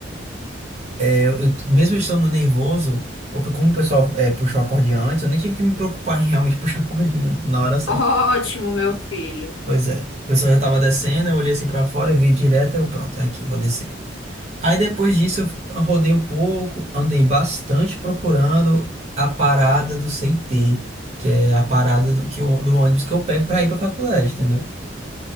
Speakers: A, on the right (about 35°); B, on the left (about 75°).
A: Eu, eu- mesmo estando nervoso, ou pe- como o pessoal é, puxou a cordinha antes, eu nem tive que me preocupar em realmente <laughs> puxar a cordinha na hora certa.
B: Ótimo, meu filho.
A: Pois é. O pessoal já tava descendo, eu olhei assim pra fora, vi direto, eu pronto, é aqui, vou descer. Aí depois disso eu fi- eu rodei um pouco, andei bastante procurando a parada do CT, que é a parada do, que, eu- do ônibus que eu pego pra ir pra faculdade, entendeu?